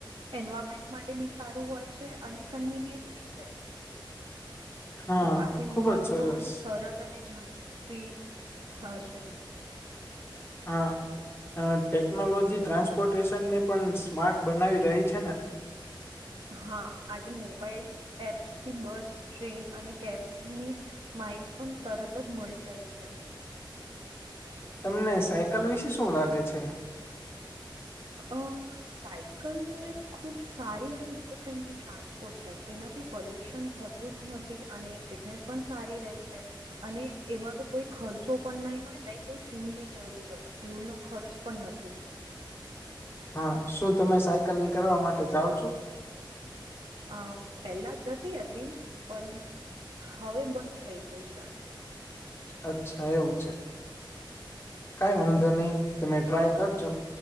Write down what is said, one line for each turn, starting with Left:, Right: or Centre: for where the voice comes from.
Right: એન્વાયરમેન્ટ માટે પણ સારું હોય છે, અને કન્વિનિયન્ટ પણ... છે,
Left: હા
Right: તો આથી
Left: ખુબ
Right: મુસાફરી
Left: જ સરસ
Right: વધુ સરળ અને ઝડપી... પી થશે.
Left: હા, ટેકનોલોજી ટ્રાન્સપોર્ટેશનને પણ સ્માર્ટ બનાવી રહી છે ને... <inaudible>
Right: હા, આજે મોબાઈલ એપ્સ થી બસ ટ્રેન અને કેબની માહિતી પણ તરત જ મળી જાય છે.
Left: તમને સાયકલ વિશે શું લાગે છે. <inaudible>
Right: અ સાયકલ તો એક ખુબ સારી અને ઇકો ફ્રેન્ડલી ટ્રાન્સપોર્ટ છે, તેનાથી પોલ્યુશન થતું જ નથી, અને ફિટનેસ પણ સારી રે છે. અને એમાં તો કોઈ ખર્ચો પણ નહીં હોય, નહી કોઈ ફ્યુલ ની જરૂર હોય તો ફ્યુલ નો ખર્ચ પણ નથી.
Left: હા, શું તમે સાયકલિંગ કરવા માટે જાઓ છો.
Right: અ પેલા જતી હતી, પણ હવે બંધ ગયું છે.
Left: અચ્છા એવું છે, કઈ વાંધ નહી, તમે ટ્રાય કરજો,